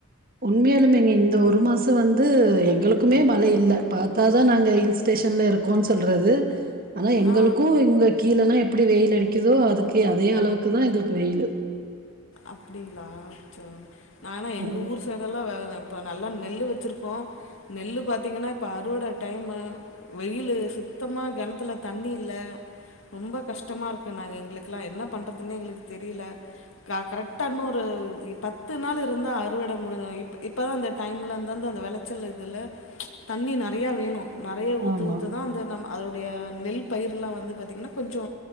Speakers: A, on the right; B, on the left.
A: உண்மையாலுமேங்க இந்த ஒரு மாச சம் வந்து எங்களுக்குமே மழை இல்ல பாத்தா தா நாங்க ஹில் ஸ்டேஷன்ல இருக்கோனு சொல்றது ஆனா எங்களுக்கு
B: ஆ
A: இங்க கீழேல்லா எப்படி வெயில் அடிக்குதோ அதுக்கே அதே அளவுக்குதா எங்களுக்கு வெயிலு
B: அப்டிங்களா அச்சோ நானா எங்க
A: ம்
B: ஊர் சேறல்லா வேற இப்போ நல்லா நெல் வச்சுருக்கோ நெல்லு பாத்தீங்கன்னா இப்போ அறுவட டைமு வெயிலு சுத்தமா கெணத்துல தண்ணி இல்ல ரொம்ப கஷ்டமா இருக்கு நாங்க எங்களுக்கெலாம் என்ன பண்ணுறதுன்னே எங்களுக்கு தெரியல க கரெக்டா இன்னொரு பத்து நாள் இருந்தா அறுவட முடிஞ்சு இப் இப்போதா அந்த டைம்ல இருந்தந்த அந்த வெளச்சல் இதுல தண்ணி நெறையா வேணு நெறையா ஊத்த
A: ஆமா
B: ஊத்ததா அந்த நம் அதோடைய நெல் பயிரெலா வந்து பாத்திங்கன்னா கொஞ்சொ